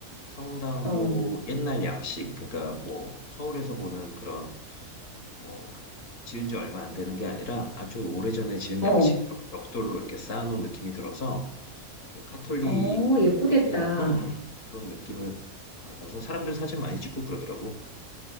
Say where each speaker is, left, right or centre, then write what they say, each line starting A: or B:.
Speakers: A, on the left; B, on the left.
A: 성당도
B: 어,
A: 옛날 양식, 그러니까 뭐 서울에서 보는 그런 뭐 지은 지 얼마 안 되는 게 아니라 아주 오래전에 지은
B: 어,
A: 양식 벽, 벽돌로 이렇게 쌓아놓은 느낌이 들어서 그 카톨릭에
B: 어, 예쁘겠다.
A: 대한 음, 음, 그런 느낌을 받아서 사람들 사진 많이 찍고 그러더라고.